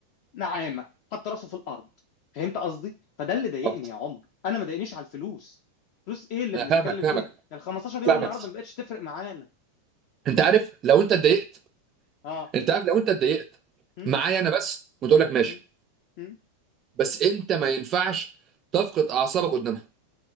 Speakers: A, on the left (about 45°); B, on the right (about 30°).
A: نعامه حط راسه في الارض فهمت قصدي فده اللي ضايقني
B: اه
A: يا عمر انا ما ضايقنيش على الفلوس فلوس ايه اللي
B: أنا
A: بنتكلم
B: فاهمك فاهمك
A: فيها ال 15 يورو
B: فاهمك
A: النهارده ما بقتش تفرق معانا
B: انت عارف لو انت اتضايقت
A: اه
B: انت عارف لو انت اتضايقت
A: م?
B: معايا انا بس وتقول لك ماشي
A: م? م?
B: بس انت ما ينفعش تفقد اعصابك قدامها